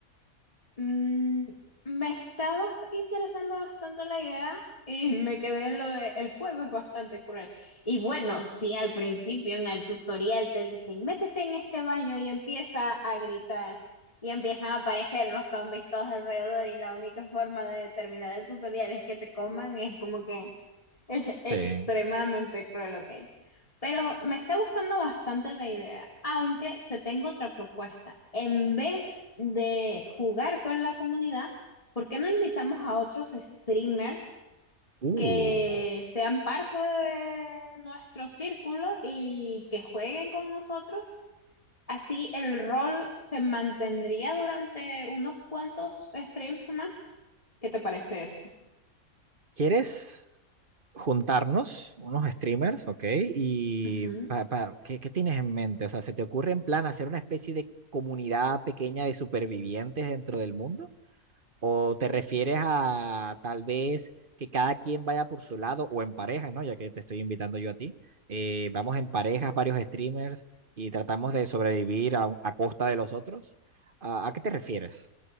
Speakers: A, on the left; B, on the right.
A: Mm, me estaba interesando bastante la idea y me quedé en lo de el juego es bastante cruel. Y bueno, si al principio en el tutorial te dicen, métete en este baño y empieza a gritar y empiezan a aparecer los zombies todos alrededor y la única forma de terminar el tutorial es que te coman, es como que <laughs> Extremadamente
B: Sí.
A: cruel, ok. Pero me está gustando bastante la idea, aunque te tengo otra propuesta. En vez de jugar con la comunidad, ¿por qué no invitamos a otros streamers
B: Uh,
A: que sean parte de nuestro círculo y que jueguen con nosotros? Así el rol se mantendría durante unos cuantos streams más. ¿Qué te parece eso?
B: ¿Quieres juntarnos unos streamers, ok? ¿Y
A: Ujú.
B: pa- pa- ¿qué, qué tienes en mente? O sea, ¿se te ocurre en plan hacer una especie de comunidad pequeña de supervivientes dentro del mundo? ¿O te refieres
A: Sí.
B: a tal vez que cada quien vaya por su lado o en parejas, ¿no? Ya que te estoy invitando yo a ti. Eh, vamos en parejas, varios streamers y tratamos de sobrevivir a, a costa de los otros. ¿A, a qué te refieres?